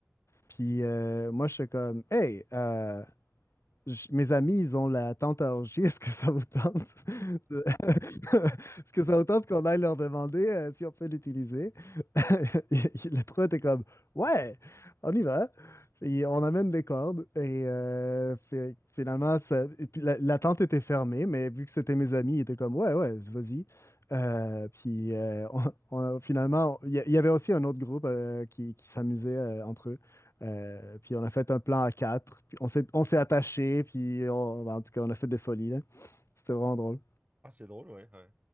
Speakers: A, on the left; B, on the right.
A: Puis, euh, moi, je suis comme, hey, euh, j- mes amis, ils ont la tente à orgie. Est-ce que ça vous tente? de- <laughs> Est-ce que ça vous tente qu'on aille leur demander euh, si on peut l'utiliser? <laughs> Et- Les trois étaient comme, ouais, on y va. Et on amène des cordes. Et euh, fi- finalement, ça- et puis la, la tente était fermée, mais vu que c'était mes amis, ils étaient comme, ouais, ouais, vas-y. Euh, puis euh, on- on- finalement, il y, il y avait aussi un autre groupe euh, qui, qui s'amusait euh, entre eux. Euh, puis on a fait un plan à quatre. Puis on s'est, on s'est attaché, Puis on- ben, en tout cas, on a fait des folies, là. C'était vraiment drôle.
B: Ah, c'est drôle, ouais, ouais.